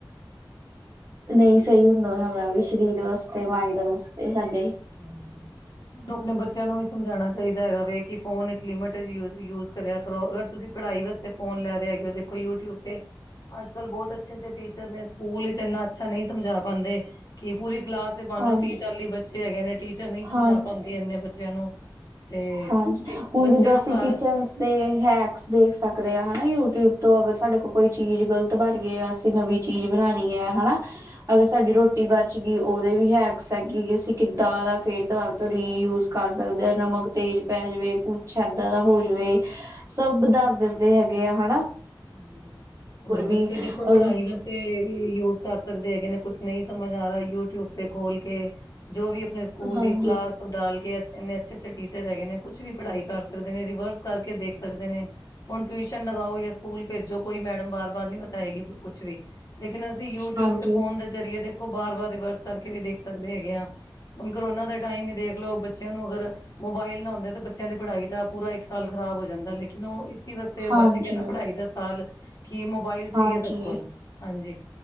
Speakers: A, on the right; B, on the left.
A: ਨਈਂ ਸਈ ਹੁੰਦਾ ਹੈਗਾ ਵੀ ਸਰੀਰ ਵਾਸਤੇ ਮਾਇੰਡ ਵਾਸਤੇ ਸਾਡੇ।
B: ਪਿਆਨੋ ਤੁੂੰ ਆਪਨੇ ਬੱਚੇਆਂ ਨੂੰ ਵੀ ਸਮਝਾਨਾ ਚਾਈਦਾ ਹੈਗਾ ਵੀ ਕੀ ਫੋਨ ਇੱਕ ਲਿਮਿਟ ਚ ਯੂ ਯੂਜ ਕਰਿਆ ਕਰੋ ਅਗਰ ਤੁਸੀਂ ਪੜ੍ਹਾਈ ਵਾਸਤੇ ਫੋਨ ਲੈ ਰਏ ਹੈਗੇ ਓ ਦੇਖੋ ਯੂਟਿਊਬ ਤੇ ਅੱਜ-ਕੱਲ ਬੋਤ ਅੱਛੇ-ਅੱਛੇ ਟੀਚਰ ਨੇ ਸਕੂਲ ਵਿੱਚ ਏਨਾ ਅੱਛਾ ਨਈ ਸਮਝਾ ਪਾਂਦੇ। ਕੀ ਪੂਰੀ ਕਲਾਸ ਦੇ ਮੰਨ
A: ਹਾਂਜੀ
B: ਲੋ ਤੀ-ਚਾਲੀ ਬੱਚੇ ਹੈਗੇ ਨੇ ਟੀਚਰ ਨਈ ਸਮਝਾ
A: ਹਾਂਜੀ
B: ਪਾਂਦੀ ਏਨੇ ਬੱਚਿਆਂ ਨੂੰ। ਤੇ
A: ਹਾਂਜੀ, ਹੁਨ
B: ਬੱਚੇ
A: ਜਿੱਦਾਂ
B: ਨੂੰ
A: ਅਸੀਂ
B: ਘਰ
A: ਕਿਚਨਜ ਦੇ ਹੈਕਸ ਦੇਖ ਸਕਦੇ ਆਂ ਹਨਾ ਯੂ ਟਿਊਬ ਤੋਂ ਅਗਰ ਸਾਡੇ ਕੋਲ ਕੋਈ ਚੀਜ਼ ਗ਼ਲਤ ਬਨਗੀ ਐ ਅਸੀਂ ਨਵੀਂ ਚੀਜ਼ ਬਨਾਨੀ ਐ ਹਨਾ, ਅਗਰ ਸਾਡੀ ਰੋ ਟੀ ਬਚ ਗੀ ਓਦੇ ਵੀ ਹੈਕਸ ਐ ਕੀ ਅਸੀਂ ਕਿੱਦਾਂ ਫੇਰ ਦੁਬਾਰਾ ਤੋਂ ਰੀ ਯੂਜ਼ ਕਰ ਸਕਦੇ ਆਂ ਨਮਕ ਤੇਜ਼ ਪੈ ਜਾਵੇ, ਕੁਛ ਐਦਾਂ ਦਾ ਹੋ ਜਾਵੇ। ਸਬ ਦੱਸ ਦਿੱਤੇ ਹੈਗੇ ਆ ਹਨਾ।
B: ਹਾਂਜੀ, ਹੋਰ ਬੱਚੇ
A: ਵੀ
B: ਦੇਖੋ
A: ਅ
B: ਪੜ੍ਹਾਈ ਵਾਸਤੇ ਯੂਜ ਕਰ ਸਕਦੇ ਹੈਗੇ ਨੇ ਕੁਛ। ਨਈਂ ਸਮਝ ਆ ਰਿਆ ਯੂਟਿਊਬ ਤੇ ਖੋਲ ਕੇ, ਜੋ ਵੀ ਆਪਨੇ ਸਕੂਲ
A: ਹਾਂਜੀ
B: ਦੀ ਕਲਾਸ ਡਾਲ ਕੇ ਐਨੇ ਅੱਛੇ-ਅੱਛੇ ਟੀਚਰ ਹੈਗੇ ਨੇ ਕੁਛ ਵੀ ਪੜ੍ਹਾਈ ਕਰ ਸਕਦੇ ਨੇ ਰਿਵਰਸ ਕਰਕੇ ਦੇਖ ਸਕਦੇ ਨੇ। ਹੁਨ ਟਵੀਸ਼ਨ ਲਗਾਓ ਜਾ ਸਕੂਲ ਭੇਜੋ ਕੋਈ ਮੈਡਮ ਬਾਰ-ਬਾਰ ਨੀ ਬਤਾਏਗੀ ਕੋਈ ਕੁਛ ਵੀ, ਲੇਕਿਨ ਅਸੀਂ ਯੂਟਿਊਬ
A: ਹਾਂਜੀ
B: ਤੇ ਫੋਨ ਦੇ ਜ਼ਰੀਏ ਦੇਖੋ ਬਾਰ-ਬਾਰ ਰਿਵਰਸ ਕਰਕੇ ਵੀ ਦੇਖ ਸਕਦੇ ਹੈਗੇ ਆਂ, ਹੁਨ ਕਰੋਨਾ ਦੇ ਟਾਈਮ ਈ ਦੇਖ ਲੋ ਬੱ ਬੱਚੇਆਂ ਨੂੰ ਅਗਰ ਮੋਬਾਇਲ ਨਾ ਹੁੰਦਾ ਤਾਂ ਬੱਚੇਆਂ ਦੀ ਪੜ੍ਹਾਈ ਦਾ ਪੂਰਾ ਇੱਕ ਸਾਲ ਖ਼ਰਾਬ ਹੋ ਜਾਂਦਾ ਲੇਕਿਨ ਓ ਵਾਸਤੇ
A: ਹਾਂਜੀ
B: ਬੱਚ ਗੇਆ ਨਾ ਪੜ੍ਹਾਈ ਦਾ ਸਾਲ, ਕੀ ਮੋਬਾਈਲ ਸੀਗੇ
A: ਹਾਂਜੀ
B: ਸਬ ਕੋਲ ਹਾਂਜੀ।